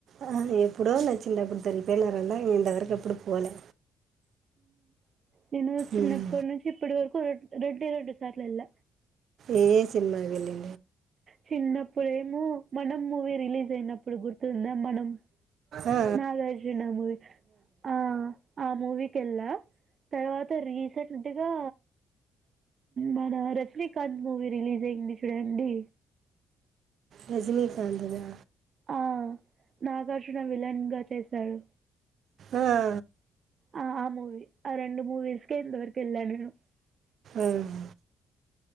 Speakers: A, on the right (about 65°); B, on the right (about 50°).
A: ఆ, ఎప్పుడో నా చిన్నప్పుడు తొడాక్కపోయినారాంటా ఇంత వరకు ఎప్పుడు పోలే
B: నేను చిన్నప్పటి
A: ఉమ్.
B: నుంచి ఇప్పటి వరకు రెండే రెండు సార్లు వెళ్ళ
A: ఏ ఎ సినిమాలు వెలినా
B: చిన్నప్పుడేమో మనం మూవీ రిలీజ్ అయినప్పుడు గుర్తుందా మనం
A: ఆ, ఆ,
B: నాగార్జున మూవి ఆ ఆ మూవీ కెల్లా తర్వాత రీసెంట్గా మన రజనీకాంత్ మూవీ రిలీజ్ అయింది చూడండి
A: రజనీకాంత్ దా
B: ఆ నాగార్జున విలన్గా చేశాడు.
A: ఆ ఆ
B: ఆ! ఆ మూవి ఆ రెండు మూవీస్కికే ఇంతవరకు వెళ్ళ నేను
A: ఉమ్